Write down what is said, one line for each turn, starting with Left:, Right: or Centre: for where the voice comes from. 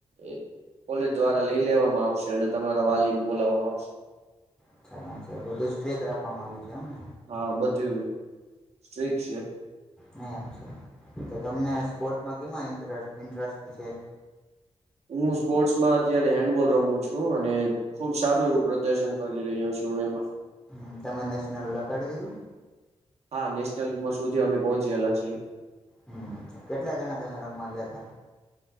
Right: એક કોલેજ દ્વારા લઈ લેવામાં આવશે અને તમારા વાલીન બોલાવામાં આવશે.
Centre: ચ્છા આમ છે બધું સ્ટ્રેટ રાખવામાં આવ્યુ છે એમ ને.
Right: હા બધું સ્ટ્રીક છે.
Centre: ને એમ છે તો તમને સ્પોર્ટમાં કેમાં ઇન્ટરસ ઇન્ટરસ્ટ છે.
Right: હું સ્પોર્ટ્સમાં અત્યારે હેન્ડબોલ રમું છું અને ખુબ સારું એવું પ્રદર્શન કરી રહ્યો છું. જો એમાં
Centre: હમ, તમે નેશનલ લા કાડી દીધું.
Right: હા, નેશનલમાં સુધી અમે પહોંચેલા છીએ.
Centre: હમ, કેટલા જણા તમે રમવા ગ્યાતા.